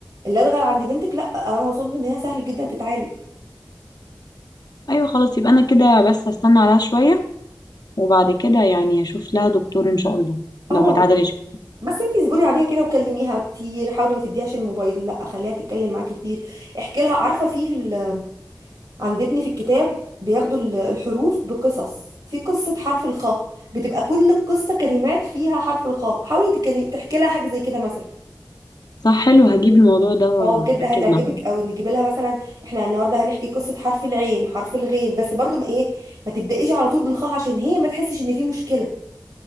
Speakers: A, on the right (about 65°); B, on the left (about 70°).
A: اللدغه عند بنتك لا انا اظن ان هي سهل جدا تتعالج
B: ايوه خلاص يبقى انا كده بس هستنى عليها شوية وبعد كده يعني اشوف لها دكتور ان شاء الله
A: اه
B: لو ما اتعدلش
A: بس انتي اصبري عليها كده وكلميها كتير حاولي ما تديهاش الموبايل لا خليها تتكلم معاكي كتير احكي لها عارفه في ال... عند ابني في الكتاب بياخدوا ال- الحروف بقصص في قصه حرف الخاء بتبقى كل القصه كلمات فيها حرف الخاء حاولي تكلم... تحكي لها حاجه زي كده مثلا
B: صح حلو هجيب الموضوع ده واركز
A: هو بجد هتعجبك
B: معاه
A: قوي نجيب لها مثلا احنا النهارده هنحكي قصه حرف العين حرف الغين بس برضو ما ايه ما تبدايش على طول بالخاء عشان هي ما تحسش ان في مشكله